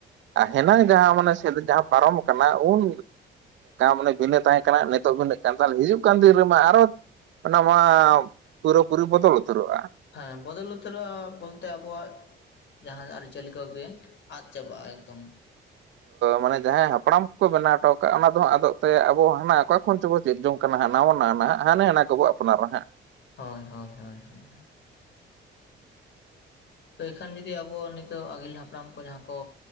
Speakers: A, on the right; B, on the left.
A: ᱛᱟᱦᱮᱱᱟ ᱡᱟᱦᱟᱸ ᱢᱟᱱᱮ ᱡᱟᱦᱟᱸ ᱯᱟᱨᱚᱢ ᱠᱟᱱᱟ ᱩᱱᱼᱼ ᱢᱟᱱᱮ ᱵᱤᱱᱟᱹ ᱛᱟᱦᱮᱸ ᱠᱟᱱᱟ ᱱᱤᱛᱚᱜ ᱵᱤᱱᱟᱹᱜ ᱠᱟᱱ ᱛᱟᱦᱚᱞᱮ ᱦᱤᱡᱩᱜ ᱠᱟᱱ ᱫᱤᱱ ᱨᱮᱢᱟ ᱟᱨᱚᱼᱼ ᱚᱱᱟ ᱢᱟ
B: ᱦᱟᱸᱜ
A: ᱯᱩᱨᱟᱹᱯᱩᱨᱤ ᱵᱚᱫᱚᱞ ᱩᱛᱟᱹᱨᱚᱜᱼᱟ᱾
B: ᱦᱮᱸ ᱵᱚᱫᱚᱞ ᱩᱛᱟᱹᱨᱚᱜᱼᱟ ᱵᱚᱞᱛᱮ ᱟᱵᱚᱣᱟᱜᱼᱼ ᱡᱟᱦᱟᱸ ᱟᱹᱨᱤᱪᱟᱹᱞᱤ ᱠᱚ ᱜᱮ ᱟᱫ ᱪᱟᱵᱟᱜᱼᱟ ᱮᱠᱫᱚᱢ
A: ᱢᱟᱱᱮ ᱡᱟᱦᱟᱸᱭ ᱦᱟᱯᱲᱟᱢ ᱠᱚᱠᱚ ᱵᱮᱱᱟᱣ ᱦᱚᱴᱚ ᱠᱟᱜ ᱚᱱᱟ ᱫᱚ ᱟᱫᱚᱜ ᱛᱟᱭᱟ ᱟᱵᱚ ᱦᱟᱱᱟ ᱚᱠᱟ ᱠᱷᱚᱱ ᱪᱚᱵᱚᱼᱼ ᱪᱮᱫ ᱡᱚᱝ ᱠᱟᱱᱟ ᱦᱟᱸᱜ ᱱᱟᱣᱟ ᱱᱟᱣᱟ ᱱᱟᱜ ᱦᱟᱱᱮ ᱦᱟᱱᱟ ᱠᱚᱵᱚ ᱟᱯᱱᱟᱨᱟ ᱱᱟᱦᱟᱸᱜ᱾
B: ᱦᱳᱭ ᱦᱚᱭ ᱦᱚᱭ ᱦᱚᱭ ᱛᱚ ᱮᱠᱷᱟᱱ ᱡᱩᱫᱤ ᱟᱵᱚ ᱱᱤᱛᱚᱜ ᱟᱹᱜᱤᱞ ᱦᱟᱯᱲᱟᱢ ᱠᱚ ᱡᱟᱦᱟᱸ ᱠᱚ